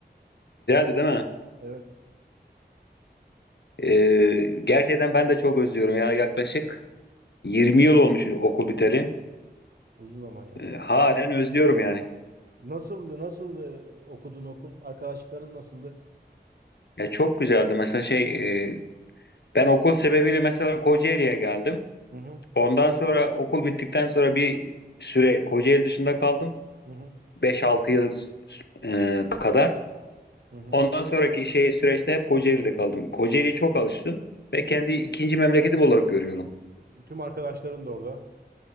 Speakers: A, on the left (about 75°); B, on the right (about 60°).
A: Güzeldi değil mi?
B: Evet.
A: Ee, gerçekten ben de çok özlüyorum ya. Yaklaşık 20 yıl olmuş okul biteli.
B: Uzun zaman ya.
A: Ee, halen özlüyorum yani.
B: Nasıldı? Nasıldı okuduğun okul? Arkadaşlıkların nasıldı?
A: Ya çok güzeldi. Mesela şey e, ben okul sebebiyle mesela Kocaeli'ye geldim.
B: Hı hı.
A: Ondan sonra okul bittikten sonra bir süre Kocaeli dışında kaldım.
B: Hı hı.
A: 5-6 yıl e, kadar.
B: Hı hı.
A: Ondan sonraki şey süreçte hep Kocaeli'de kaldım. Kocaeli'ye çok alıştım ve kendi ikinci memleketim olarak görüyorum.
B: Tüm arkadaşların da orada.